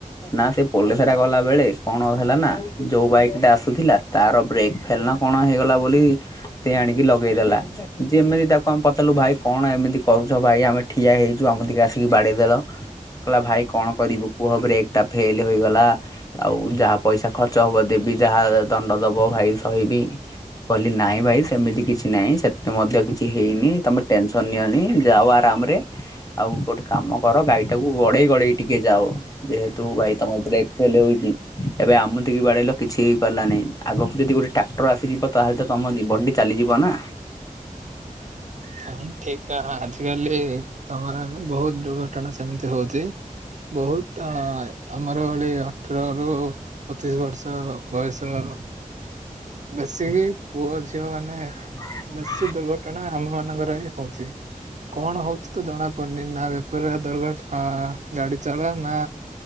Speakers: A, on the left; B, on the right.
A: ନା ସେ ପୋଲସରା ଗଲା ବେଳେ। କଣ ହେଲା ନା ଯୋଉ ବାଇକ୍ ଟା ଆସୁଥିଲା ତାର ବ୍ରେକ୍ ଫେଲ ନା କଣ ହେଇଗଲା ବୋଲି ସେ ଆଣିକି ଲଗେଇଦେଲା ଯେମିତି ତା କ ପଚାରିଲୁ ଭାଇ କଣ ଏମିତି କରୁଛ ଭାଇ ଆମେ ଠିଆ ହେଇଛୁ ଆମେ ଠିକି ଆସିକି ବାଡ଼େଇଦେଲ। କହିଲା ଭାଇ କଣ କରିବୁ କୁହ ବ୍ରେକ ଟା ଫେଲ ହୋଇଗଲା। ଆଉ ଯାହା ପଇସା ଖର୍ଚ୍ଚ ହବ ଦେବି ଯାହା ଦଣ୍ଡ ଦବ ଭାଇ ସହିିବି। କହିଲି ନାଇଁ ଭାଇ ସେମିତି କିଛି ନାଇଁ ସେତେ ମଧ୍ୟ କିଛି ହେଇନି। ତମେ ଟେନସନ୍ ନିଅନି ଯାଅ ଆରାମ ରେ। ଆଉ ଗୋଟେ କାମ କର ଗାଡ଼ି ଟାକୁ ଗଡ଼େଇ ଗଡ଼େଇ ଟିକେ ଯାଅ। ଯେହେତୁ ଭାଇ ତମ ବ୍ରେକ୍ ଫେଲ୍ ହୋଇଛି। ଏବେ ଆମଠିକି ବାଡ଼େଇଲ କିଛି ଗଲାନେଇଁ ଆଗକୁ ଯଦି ଗୋଟେ ଟ୍ରାକ୍ଟର ଆସିଯିବ ତାହେଲେ ତ ତମ ଜୀବନ ଟି ଚାଲିଯିବ ନା?
B: <inaudible> ହ ଠିକ୍ କାହା ଆଜି କାଲି ତମର ବହୁତ ଦୁର୍ଘଟଣା ସେମିତି ହଉଛି। ବହୁତ ଅ ଆମର ଗୋଟେ ଅଠରରୁ ପଚିଶ ବର୍ଷ ବୟସର ମିଶୀକି ପୁଅ ଝିଅ ମାନେ
A: <inaudible>
B: ସୀ ଦୁର୍ଘଟଣା ଆମ ମାନଙ୍କର ହିଁ ହଉଛି କଣ ହଉଛି ତ ଜଣା ପଡ଼ୁନି ନା ବେ <unintelligible> ଦୁର୍ଘଟ ହଁ ଗାଡ଼ି ଚଲା ନାଁ